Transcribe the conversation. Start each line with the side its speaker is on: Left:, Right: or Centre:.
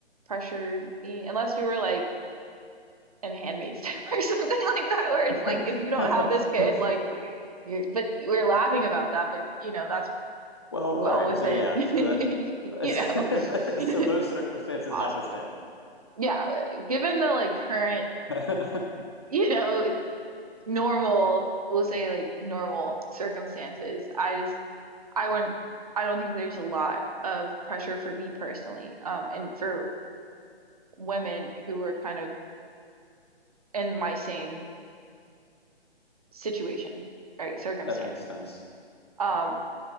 Right: pressure me unless we were like in Handmaid's Tale <laughs> or something like that, where it's
Left: <laughs>
Right: like if you don't have this kid, like you're, but we're laughing about that, but you know, that's
Left: Well,
Right: well
Left: all right.
Right: within,
Left: So yeah,
Right: <laughs> you
Left: so that <laughs>
Right: know,
Left: so those
Right: <laughs>
Left: circumstances
Right: possible.
Left: notwithstanding.
Right: Yeah, given the like current,
Left: <laughs>
Right: you know, normal, we'll say like normal circumstances, I just I wouldn't, I don't think there's a lot of pressure for me personally, um, and for women who are kind of in my same situation, right, circumstance.
Left: That makes sense.
Right: Um,